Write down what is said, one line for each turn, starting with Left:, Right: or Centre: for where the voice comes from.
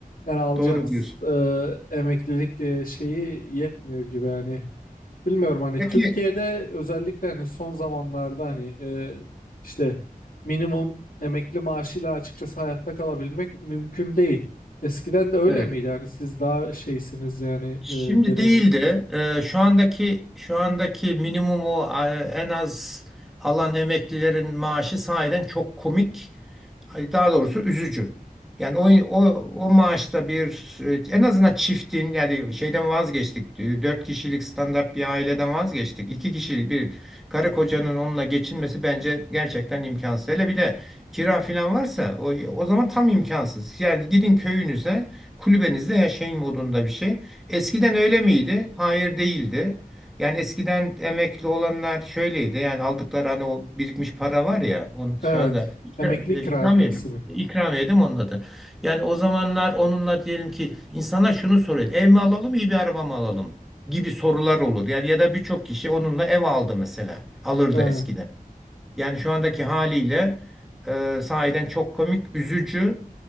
Left: yani alacağınız
Centre: Doğru diyorsun.
Left: e, emeklilik e, şeyi yetmiyor gibi yani. Bilmiyorum hani
Centre: Peki
Left: Türkiye'de özellikle hani son zamanlarda hani e, işte minimum emekli maaşıyla açıkçası hayatta kalabilmek mümkün değil. Eskiden de öyle
Centre: Evet.
Left: miydi? Yani siz daha şeysiniz yani
Centre: Şimdi
Left: e, deneyimlisiniz.
Centre: değil de e, şu andaki şu andaki minimumu e, en az alan emeklilerin maaşı sahiden çok komik ay daha doğrusu üzücü. Yani o, o, o maaşta bir e, en azından çiftin yani şeyden vazgeçtik. E, Dört kişilik standart bir aileden vazgeçtik. İki kişilik bir karı kocanın onunla geçinmesi bence gerçekten imkansız. Hele bir de kira falan varsa o, o zaman tam imkansız. Yani gidin köyünüze kulübenizde yaşayın modunda bir şey. Eskiden öyle miydi? Hayır değildi. Yani eskiden emekli olanlar şöyleydi. Yani aldıkları hani o birikmiş para var ya. Onu
Left: Evet.
Centre: şu anda ikra-
Left: Emekli ikramiyesi
Centre: e, ikramiye mi?
Left: mi?
Centre: İkramiye değil mi onun adı? Yani o zamanlar onunla diyelim ki insanlar şunu soruyor. Ev mi alalım iyi bir araba mı alalım? gibi sorular olur. Yani ya da birçok kişi onunla ev aldı mesela. Alırdı
Left: Evet.
Centre: eskiden. Yani şu andaki haliyle e, sahiden çok komik, üzücü